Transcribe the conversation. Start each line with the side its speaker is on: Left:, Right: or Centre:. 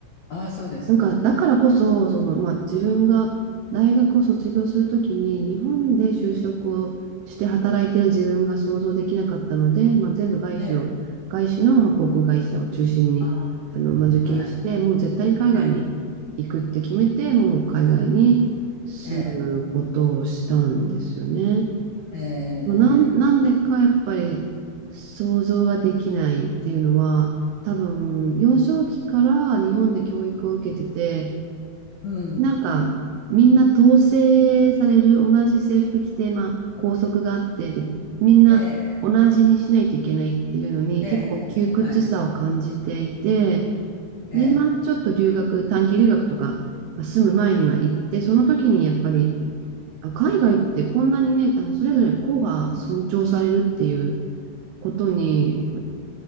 Left: ああ、そうですか。
Right: なんか、だからこそ、その、まあ自分が大学を卒業するときに、日本で就職をして働いてる自分が想像できなかったので、まあ全部外資を、
Left: ええ。
Right: 外資の、まあ、航空会社を中心に、
Left: ああ、なるほど。
Right: あの、まあ受験して、
Left: はい。
Right: もう絶対に海外に行くって決めて、
Left: ええ、
Right: もう海外に住むことをしたんですよね。
Left: ええ、ええ、ええ、ええ、
Right: なん、なんでかやっぱり想像ができないっていうのは多分幼少期から日本で教育を受けてて
Left: ええ、うん。
Right: なんかみんな統制される同じ制服着て、まあ、校則があってでみんな同じにしないといけないっていうのに結構窮屈さを感じていて
Left: ええ、ええ、ええ、ええはい。ええ。
Right: でまあちょっと留学短期留学とかまあ住む前には行ってその時にやっぱりあ海外ってこんなにね、あのそれぞれ個が尊重されるっていうことに、